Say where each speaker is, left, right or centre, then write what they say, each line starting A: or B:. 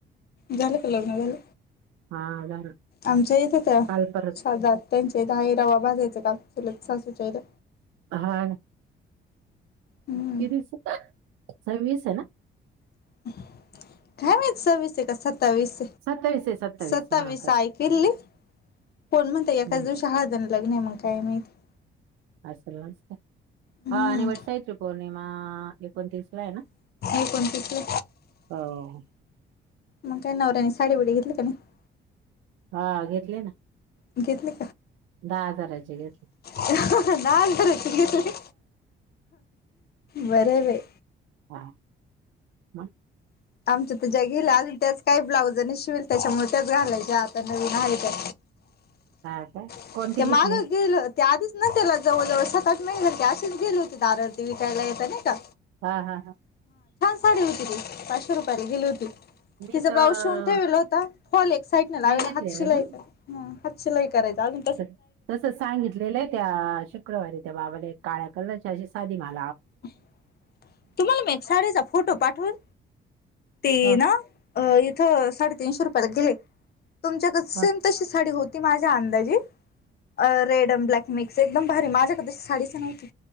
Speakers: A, on the left (about 55°); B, on the right (about 85°).
A: झाल क लग ना झालं
B: हा झालं
A: आमच्या इथं त्या
B: काल परत
A: शद त्यांच्या इथ हारवा भाजायच का <inaudible> लत असूचहिदा
B: <inaudible> हा
A: हम्म
B: <inaudible> किती सववीस आहे ना
A: <inaudible> काय माह स विसय क स <inaudible> सत्तावीस
B: सत्तावीस आहे
A: सत्तावीस
B: हा
A: आयकल्ली <inaudible> कोण म्हणता एकाच
B: हम्म
A: दिवशी हळजण लग्न आहे मग काय माहिती
B: <inaudible> असल नमस्कार
A: हम्म
B: हा आणि वट साहित्री पौर्णिमा एकोणतीसला आहे ना
A: <inaudible> हो पणतेचे
B: हो.
A: मग काय नवऱ्यानी साडी बडी घेतली का नाही <inaudible>
B: <inaudible> हा घेतले ना
A: <inaudible> घेतले
B: <inaudible> दहा हजाराची घेतली
A: <inaudible> न बर बाय
B: <inaudible> हा ह
A: <inaudible> आमच्या तर ज्या गेला आणि त्याच काही ब्लाउज नाही शिल त्याच्यामुळे त्या लायच्या आता नवीन आहे त्या
B: <inaudible> हा का
A: <inaudible>
B: कोणती
A: ते माग
B: घेतली?
A: गेलं त्या आधीच ना त्याला जवळ जवळ सतात नाही झा <inaudible> गेले होते दारावरती विकायला येतं नाही का
B: <inaudible> हा हा हा
A: <inaudible> साडी होती ती पाचशे रुपयाला गेली होती <inaudible>
B: मी
A: तिचा
B: तर
A: ब्लाऊज शिवून ठेलेला होता हॉल एक साईडने लावला
B: नाही घेतले
A: हात शिलाईचा
B: अजून
A: <inaudible> हात शिलाई करायचं अजून
B: <inaudible> तस सांगितलेलं आहे त्या शुक्रवारी त्या बाबाला काळ्या कलरच्या अशी साधी मार
A: <inaudible> तुम्हाला मी शाळेचा फोटो पाठवून <inaudible>
B: हा
A: ना इथ साडे तीनशे रुपयाला गेले तुमच्याक सेम
B: हा.
A: तशी साडी होती <inaudible> ती माझ्या अंदाजी <inaudible> अ रेड अड ब्लॅक मिक्स एकदम भारी माझ्याक नव्हती